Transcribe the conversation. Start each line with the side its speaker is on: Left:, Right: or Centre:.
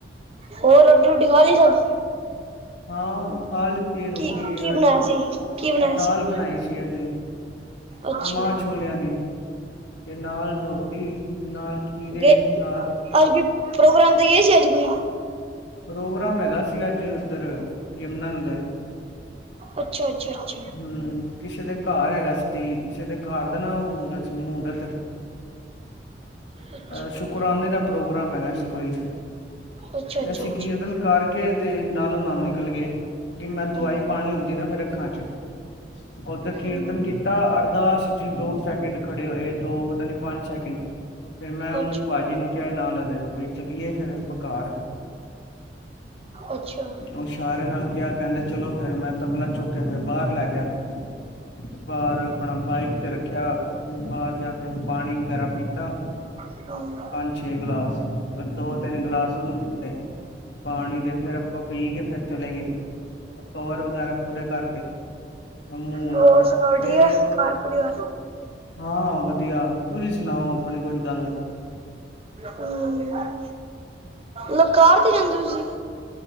Right: ਹੋਰ ਰੋਟੀ ਰੂਟੀ ਖਾ ਲਈ ਸਭ
Left: ਹਾਂ ਖਾ ਲੀਤੀ ਹੈ ਰੋਟੀ
Right: ਕੀ-ਕੀ
Left: ਅ
Right: ਬਣਾਇਆ ਸੀ, ਕੀ ਬਣਾਇਆ
Left: ਦਾਲ
Right: ਸੀ?
Left: ਬਣਾਈ ਸੀ ਅੱਜ
Right: ਅੱਛਾ,
Left: ਮਾਂ ਛੋਲਿਆਂ ਦੀ ਤੇ ਨਾਲ ਰੋਟੀ ਨਾਲ ਖੀਰੇ
Right: ਜੇ
Left: ਸਲਾਦ
Right: ਅੱਜ ਕੋਈ ਪ੍ਰੋਗਰਾਮ ਤੇ ਗਏ ਸੀ ਅੱਜ ਕੋਈ
Left: ਪ੍ਰੋਗਰਾਮ ਹੈਗਾ ਸੀ ਅੱਜ ਉੱਧਰ ਯਮੁਨਾਨਗਰ
Right: ਅੱਛਾ-ਅੱਛਾ-ਅੱਛਾ
Left: ਹਮ ਕਿਸੇ ਦੇ ਘਰ ਹੈਗਾ ਸੀ ਕਿਸੇ ਦੇ ਘਰ ਦਾ ਨਾ ਹੋਗਾ ਸੀ ਮਹੂਰਤ
Right: ਅੱਛਾ।
Left: ਸ਼ੁਕਰਾਨੇ ਦਾ ਪ੍ਰੋਗਰਾਮ ਹੈਗਾ ਸੀ ਕੋਈ
Right: ਅੱਛਾ-ਅੱਛਾ, ਅੱਛਾ,
Left: ਤੇ
Right: ਅੱਛਾ
Left: ਅਸੀਂ ਕੀਰਤਨ
Right: ਅੱਛਾ,
Left: ਕਰ ਕੇ ਤੇ ਨਾਲੋਂ ਨਾਲ ਨਿਕਲ ਗਏ ਕਿ ਮੈਂ ਦਵਾਈ
Right: ਹੂੰ,
Left: ਪਾਨੀ ਹੁੰਦੀ ਹੈ ਨਾ ਫਿਰ ਅੱਖਾਂ ਚ ਓਧਰ ਕੀਰਤਨ
Right: ਹੂੰ,
Left: ਕੀਤਾ ਅਰਦਾਸ ਚ ਦੋ ਸੈਕਿੰਡ ਖੜੇ ਹੋਏ ਦੋ ਪਤਾ ਨਹੀਂ ਪੰਜ ਸੈਕਿੰਡ ਫਿਰ ਮੈਂ ਉਹਨੂੰ
Right: ਅੱਛਾ,
Left: ਭਾਜੀ ਨੂੰ ਕਿਹਾ ਨਾਲ ਆਲੇ ਨੂੰ ਬਈ ਚੱਲੀਏ ਫਿਰ ਅਪਾ ਕਾਰ
Right: ਅੱਛਾ
Left: ਉਸ਼ਾਰੇ ਨਾਲ ਕਿਹਾ ਕਹਿੰਦੇ ਚਲੋ ਫੇਰ ਮੈਂ ਤਬਲਾ ਚੁੱਕ ਕੇ ਮੈ ਬਾਹਰ ਲੈ ਗਿਆ ਤੇ ਬਾਹਰ ਆਪਣਾ ਬਾਈਕ ਤੇ ਰੱਖ ਖਿਆ ਬਾਹਰ ਜਾ ਕੇ ਪਾਣੀ ਵਗੈਰਾ ਪੀਤਾ
Right: <unintelligible>
Left: ਪੰਜ ਛੇ ਗਿਲਾਸ ਦੋ ਤਿੰਨ ਗਿਲਾਸ ਉਹਨੂੰ ਦਿੱਤੇ ਪਾਣੀ ਦੇ ਫੇਰ ਆਪਾਂ ਪੀ ਕੇ ਫਿਰ ਚਲੇ ਗਏ ਕਵਰ ਵਗੈਰਾ ਪੂਰੇ ਕਰਕੇ ਮੂੰਹ ਨੂੰ
Right: ਹੋਰ ਸੁਣਾਓ ਠੀਕ
Left: ਤੇ
Right: ਆ ਘਰ ਪਰਿਵਾਰ
Left: ਹਾਂ ਵਧੀਆ ਤੁਸੀਂ ਸੁਣਾਓ ਆਪਣੇ ਕੋਈ ਗੱਲ
Right: ਹਮ ਲ ਕਾਰ ਤੇ ਜਾਂਦੇ ਹੋ ਤੁਸੀਂ